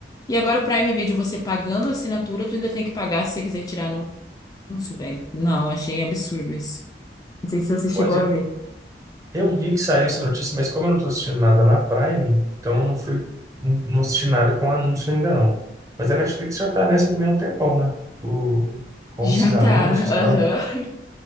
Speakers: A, on the left; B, on the right.
A: E agora o Prime Video, você pagando a assinatura, tu ainda tem que pagar se você quiser tirar anúncio, velho. Não, achei absurdo isso. Não sei se você chegou
B: Pois é.
A: a ver.
B: Eu vi que saiu essa notícia, mas como eu não tô assistindo nada na Prime, então eu não fui, não não assisti nada com anúncio ainda não. Mas a Netflix já tá nessa também há um tempão, né? O, com
A: Já
B: esses
A: tá,
B: anúncios e
A: aham.
B: tal.